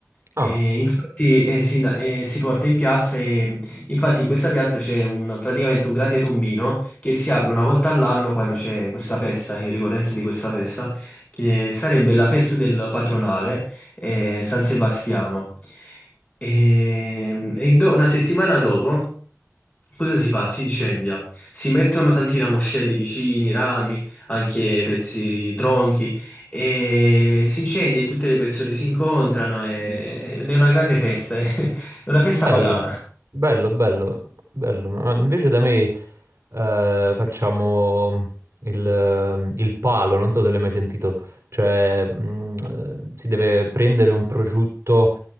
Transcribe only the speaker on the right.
Ah,
bello,
bello, bello, bello. Ma invece da me, eh, facciamo il, il palo, non so se l'hai mai sentito. Cioè, mm, eh, si deve prendere un prosciutto